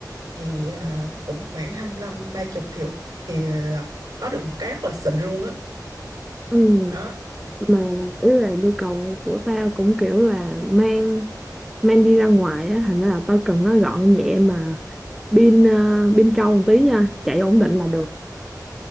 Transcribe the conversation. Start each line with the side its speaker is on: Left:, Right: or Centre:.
Right: thì à, cũng khoảng 25 30 triệu thì à, có được một cái rất là xịn luôn á
Centre: Ừ,
Right: đó.
Centre: mà ý là nhu cầu của tao cũng kiểu là mang mang đi ra ngoài á thành ra là tao cần nó gọn nhẹ mà pin ờ, pin trâu một tí nha chạy ổn định là được